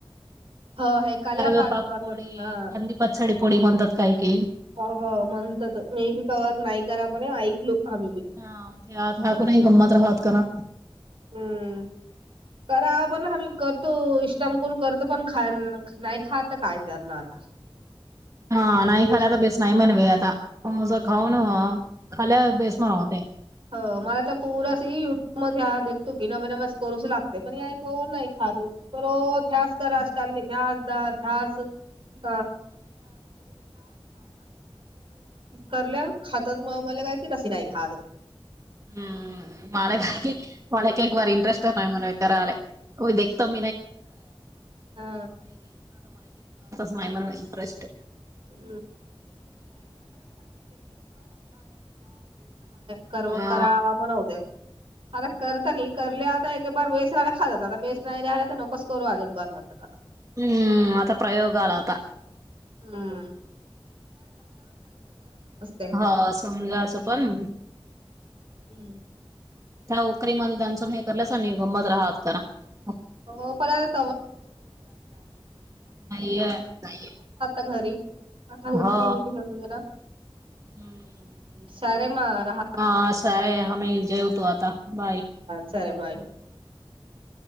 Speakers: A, on the right (about 65°); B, on the right (about 35°).
A: ह हे कल्यापाच
B: कवेपाक
A: करतात
B: पोळी
A: हा
B: कंदी पचडी पोळी म्हणतात काही की
A: <unintelligible>
B: हा यात हाकुनही गमात रहात कना
A: हम्म करावं पण हम्ही करतो इष्टामकण करतो पण खा नाही खातात तर काय करणार आता <inaudible>
B: हा नाही
A: वेस्ट
B: खाला आता बेस नाही म्हणवे आता. अस खाऊन खाली बेस म्हणवते.
A: <unintelligible> <unintelligible> <unintelligible> करल्या खातात मग मला काय की तस नाही खात.
B: हम्म मला बाकी एक एक बार इंटरेस्ट नाही म्हणे करायला <unintelligible> कशातच
A: हा
B: नाही मला आता इंटरेस्ट.
A: <unintelligible> कर्व
B: हा
A: करावा म्हनव्हते. आता करतात की करले आता एक एक बार बेस रायला खातात. आता बेस नाही राहिला, तर नकोच करू आज एक बार म्हण. <inaudible>
B: हम्म, आता प्रयोग आला आता.
A: हम्म <unintelligible>
B: अ समजायचं पण
A: हो
B: त्या ओकरीमध्ये सून हे करलंच नाही गंमत राहात तररा <unintelligible>
A: <unintelligible> आता
B: नाहीये नाही
A: घरी आता उकरी
B: हो
A: पण जाऊन घेइना
B: हम्म.
A: सारे मा राहा
B: हा सारे आम्ही जेवतो आता बाय.
A: चले बाय.